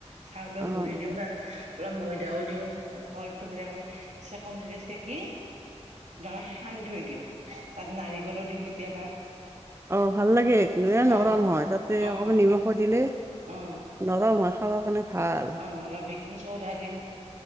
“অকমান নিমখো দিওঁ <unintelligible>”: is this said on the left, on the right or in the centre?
Right